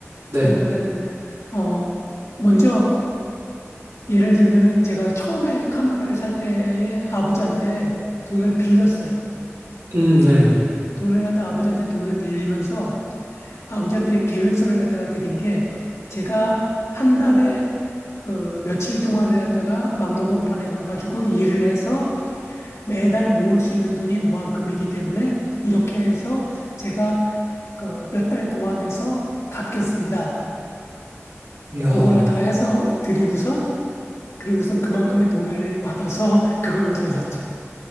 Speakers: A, on the right (about 80°); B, on the left (about 75°).
A: 네.
B: 그러니까는 어 먼저 예를 들면은 제가 처음에 카메라를 살 때에 아버지한테 돈을 빌렸어요.
A: 음, 네, 네.
B: 돈을 갖다 아버지한테 돈을 빌리면서 아버지한테 계획서를 갖다가 드린 게 제가 한 달에 그 며칠 동안을 갖다가 막노동판에 가가지고 일을 해서 매달 모을 수 있는 돈이 요만큼이기 때문에 이렇게 해서 제가 그 몇 달 동안 해서 갚겠습니다.
A: 이야,
B: 그걸 갖다가 해서 드리고선 그리고선 그만큼의 돈을 받아서 그걸로 다 샀죠.